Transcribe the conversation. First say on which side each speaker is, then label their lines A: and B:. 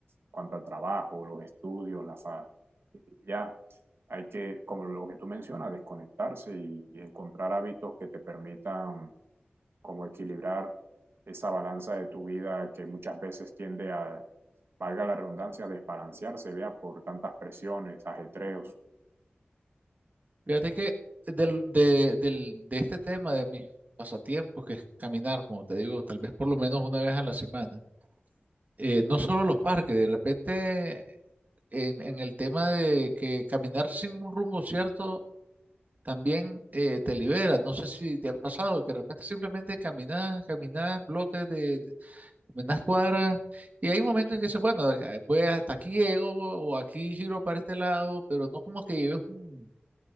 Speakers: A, on the right (about 75°); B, on the right (about 45°).
A: cuanto al trabajo, los estudios, la fa- ya. Hay que, como lo que tú mencionas, desconectarse y encontrar hábitos que te permitan como equilibrar esa balanza de tu vida que muchas veces tiende a, valga la redundancia, desbalancearse, vea, por tantas presiones, ajetreos.
B: Fíjate que del, de, del- de este tema de mis pasatiempos, que es caminar, como te digo, tal vez por lo menos una vez a la semana, eh, no solo los parques, de repente en, en el tema de que caminar sin un rumbo cierto también eh, te libera. No sé si te ha pasado que de repente simplemente caminas, caminas bloques de, de- caminas cuadras y hay un momento en que dices, bueno, acá- voy hasta aquí llego o aquí giro para este lado, pero no como que lleves un